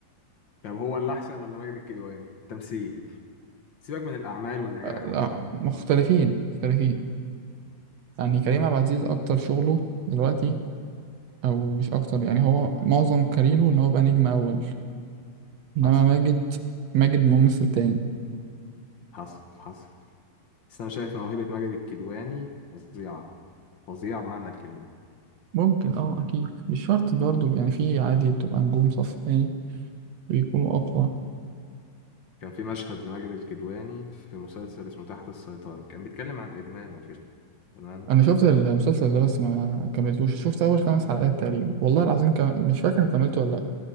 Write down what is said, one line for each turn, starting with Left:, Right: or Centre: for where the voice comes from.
Left: طب هو اللي احسن ولا ماجد الكدواني تمثيل سيبك من الاعمال والنجاح
Right: آه لا
Left: وكده
Right: مختلفين مختلفين يعني كريم عبد العزيز أكتر شغله دلوقتي أو مش أكتر يعني هو معظم كاريره إن هو يبقى نجم أول إنما
Left: حصل
Right: ماجد ماجد ممثل تاني
Left: حصل حصل بس انا شايف موهبة ماجد الكدواني فظيعة فظيعة بمعنى الكلمة
Right: ممكن أه أكيد مش شرط برضه يعني في عادي بتبقى نجوم صف تاني بيكونوا أقوى
Left: كان في مشهد لماجد الكدواني في مسلسل اسمه تحت السيطرة كان بيتكلم عن الادمان وكده تمام
Right: أنا شفت المسلسل ده بس ما كملتوش شفت أول خمس حلقات تقريبا والله العظيم كم... مش فاكر كملته ولا لأ